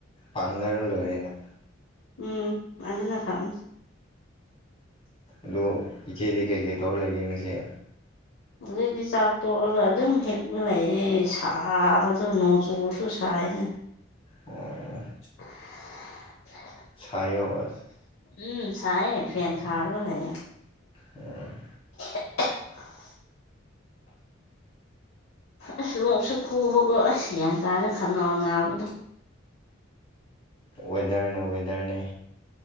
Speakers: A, on the left; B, on the left.
A: ꯄꯥꯡꯅꯔ ꯂꯣꯏꯔꯦꯅ
B: ꯎꯝ ꯑꯗꯨꯅ ꯐꯥꯎꯅꯤ
A: ꯑꯗ ꯏꯆꯦꯗꯤ ꯀꯩꯀꯩ ꯇꯧꯔ ꯂꯩꯒꯦ ꯉꯁꯤꯦ
B: ꯍꯧꯖꯤꯛꯇꯤ ꯆꯥꯛ ꯇꯣꯛꯑꯒ ꯑꯗꯨꯝ ꯍꯦꯞꯅ ꯂꯩꯌꯦ ꯁꯥꯕꯗꯣ ꯅꯣꯡ ꯆꯨꯔꯁꯨ ꯁꯥꯏꯅ
A: ꯑꯣ
B: <unintelligible>
A: ꯁꯌꯋ
B: ꯎꯝ ꯁꯥꯏꯌꯦꯦ ꯐꯦꯟ ꯊꯥꯔꯒ ꯂꯩ
A: ꯎꯝ
B: <unintelligible> ꯑꯁ ꯂꯣꯛꯁꯨ ꯈꯨꯕꯒꯣ ꯑꯁ ꯒ꯭ꯌꯥꯟ ꯇꯥꯔꯦ ꯈꯅꯥꯎ ꯅꯥꯕꯗꯣ
A: ꯋꯦꯗꯔꯅꯦ ꯋꯦꯗꯔꯅꯦ